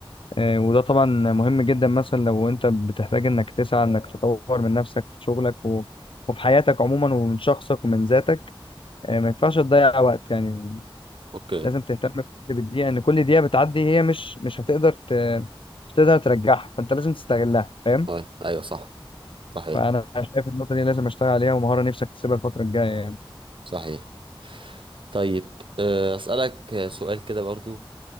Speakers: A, on the left (about 65°); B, on the right (about 65°).
A: آه، وده طبعا مهم جدا مثلا لو انت بتحتاج انك تسعى انك تطور من نفسك في شغلك و... وفي حياتك عموما ومن شخصك ومن ذاتك آه، ما ينفعش تضيع وقت يعني
B: اوكي
A: لازم تهتم بالدقيقة ان كل دقيقة بتعدي هي مش مش هتقدر ت... مش هتقدر ترجعها فانت لازم تستغلها فاهم
B: طيب ايوه صح صحيح
A: فانا شايف النقطة دي لازم اشتغل عليها ومهارة نفسك تسيبها الفترة الجاية يعني
B: صحيح طيب آه، اسالك آه، سؤال كده برضو